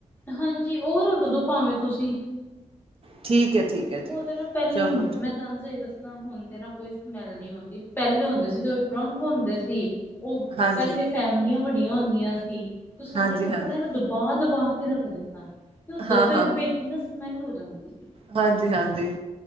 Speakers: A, on the left; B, on the right.
A: ਹਾਂਜੀ, ਉਹ ਰੱਖਦੋ ਭਾਵੇਂ, ਤੁਸੀਂ।
B: ਠੀਕ ਹੈ, ਠੀਕ ਹੈ ਜੀ
A: ਉਹਦੇ ਨਾਲ ਪਹਿਲੇ
B: ਚਲੋ
A: ਹੁੰਦੇ ਮੈਂ ਤਾਨ ਸਈ ਦੱਸਾਂ ਹੁਣ ਤੇ ਨਾ ਕੋਈ ਸਮੈਲ ਨੀ ਹੂੰਦੀ, ਪੈਲੇ ਹੁੰਦੇ ਸੀ, ਜਦੋਂ ਟਰੱਕ ਹੁੰਦੇ ਸੀ। ਉਹ
B: ਹਾਂਜੀ
A: ਪੈਲੇ ਫੈਮਲੀਆਂ ਵੱਡੀਆਂ ਹੁੰਦੀਆਂ ਸੀ ਤੇ ਸਾਰੇ
B: ਹਾਂਜੀ
A: ਕੱਪੜਿਆਂ
B: ਹਾਂਜੀ
A: ਨੂੰ ਦਬ ਦਬਾ-ਦਬਾ ਕੇ ਰੱਖਦੇ ਸਨ, ਤੇ ਉਹ
B: ਹਾਂ
A: ਦੱਬੇ-ਦੱਬੇ ਇੱਕ ਨਾ ਸਮੈਲ ਹੋ ਜਾਂਦੀ ਸੀ।
B: ਹਾਂਜੀ-ਹਾਂਜੀ।